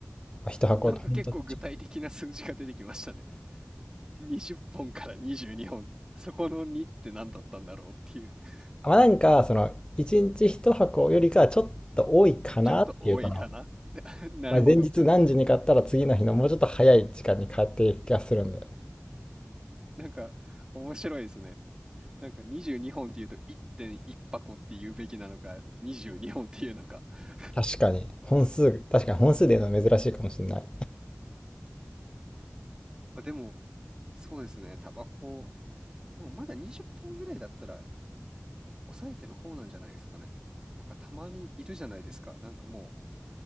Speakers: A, on the right; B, on the left.
A: <laughs>
B: あ、1箱とほんとちょっ
A: なんか結構具体的な数字が出てきましたね。<laughs> 20本から22本。そこの2って何だったんだろうっていう。<laughs>
B: と。まあなんか、その、1日一箱よりかはちょっと多いかなっていうかな。
A: ちょっと多いかな <laughs> なるほど。
B: まあ前日何時に買ったら次の日のもうちょっと早い時間に買っている気がするんで。
A: なんか面白いですね。なんか22本っていうと1.1箱って言うべきなのか、22本っていうのか。<laughs>
B: 確かに、本数、確かに本数で言うのは珍しいかもしれない。
A: まあでも、そうですね。タバコでもまだ20本ぐらいだったら抑えてる方なんじゃないですかね。なんかたまにいるじゃないですか。なんかもう